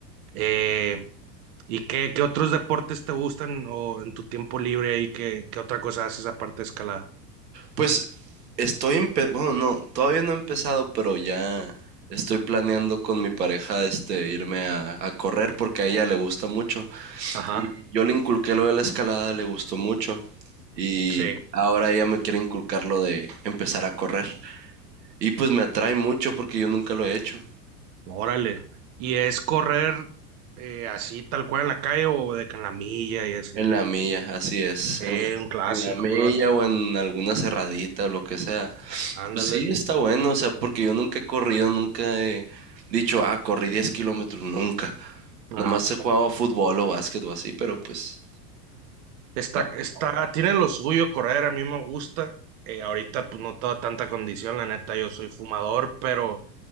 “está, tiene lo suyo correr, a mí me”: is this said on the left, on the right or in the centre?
Right